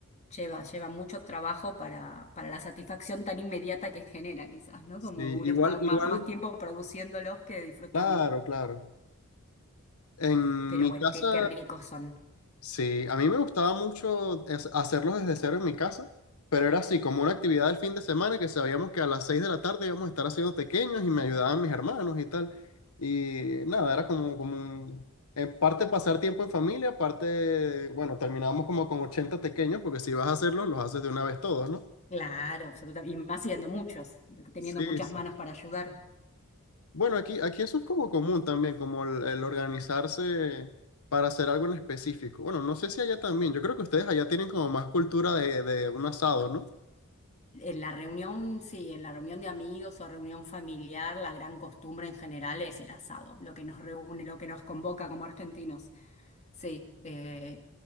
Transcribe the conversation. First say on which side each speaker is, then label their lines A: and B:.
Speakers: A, on the left; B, on the left.
A: lleva, lleva mucho trabajo para, para la satisfacción tan inmediata que genera, quizás, ¿no?
B: Sí,
A: Como uno
B: igual,
A: está ma-
B: igual,
A: más, tiempo produciéndolos que disfrutando.
B: claro, claro. En
A: Pero
B: mi
A: bueno,
B: casa,
A: qué, qué ricos son.
B: Sí, a mí me gustaba mucho es- hacerlos desde cero en mi casa, pero era así como una actividad del fin de semana que sabíamos que a las 6 de la tarde íbamos a estar haciendo pequeños y me ayudaban mis hermanos y tal. Y nada, era como, como un, en parte pasar tiempo en familia, parte, bueno, terminábamos como con 80 pequeños porque si vas a hacerlos, los haces de una vez todos, ¿no?
A: Claro, absolutamente. Y más siendo muchos, teniendo
B: Sí,
A: muchas
B: sí.
A: manos para ayudar.
B: Bueno, aquí, aquí eso es como común también, como el, el organizarse para hacer algo en específico. Bueno, no sé si allá también. Yo creo que ustedes allá tienen como más cultura de, de un asado, ¿no?
A: En la reunión, sí, en la reunión de amigos o reunión familiar, la gran costumbre en general es el asado, lo que nos reúne, lo que nos convoca como argentinos. Sí, eh,